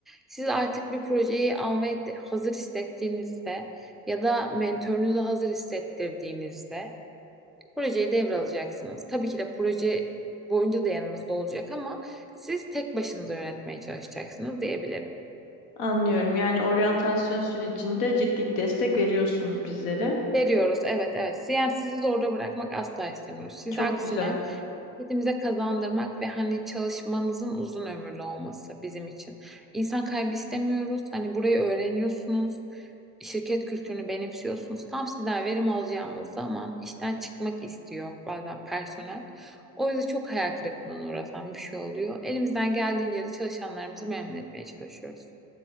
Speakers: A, in the centre; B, on the left.
A: Siz artık bir projeyi almaya de- hazır hissettiğinizde ya da mentorunuza hazır hissettirdiğinizde projeyi devralacaksınız. Tabii ki de proje boyunca da yanınızda olacak ama siz tek başınıza yönetmeye çalışacaksınız diyebilirim.
B: Anlıyorum. Yani oryantasyon sürecinde ciddi bir destek veriyorsunuz bizlere.
A: Veriyoruz, evet evet. Yani sizi zorda bırakmak asla istemiyoruz. Siz
B: Çok
A: aksine
B: güzel.
A: Kendimize kazandırmak ve hani çalışmanızın uzun ömürlü olması bizim için. İnsan kaybı istemiyoruz. Hani burayı öğreniyorsunuz. Şirket kültürünü benimsiyorsunuz. Tam sizden verim alacağımız zaman işten çıkmak istiyor bazen personel. O yüzden çok hayal kırıklığına uğratan bir şey oluyor. Elimizden geldiğince de çalışanlarımızı memnun etmeye çalışıyoruz.